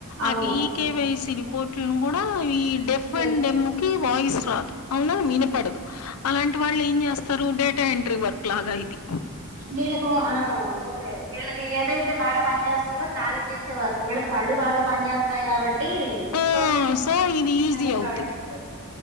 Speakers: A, on the right; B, on the left.
A: అవును
B: అవి ఈ కేవైసీ రిపోర్ట్లను కూడా ఈ డెఫ్
A: వెరిఫికేషన్
B: అండ్ డెమ్ కి వాయిస్ రాదు అవున వినపడదు అలాంటి వాళ్ళే ఏం చేస్తారు డేటా ఎంట్రీ వర్క్ లాగా ఇది
A: వీళ్ళకి ఆ ఓకే వీళ్ళకి ఏదైతే బాగా పని చేస్త దానికి చేసే వర్కు వీళ్ళకి కళ్ళు బాగా పని చేస్తాయి కాబట్టి
B: ఓ
A: సో
B: సో ఇది ఈజీ
A: అనేది
B: అవుతుది
A: ప్రొవైడ్ చేశారు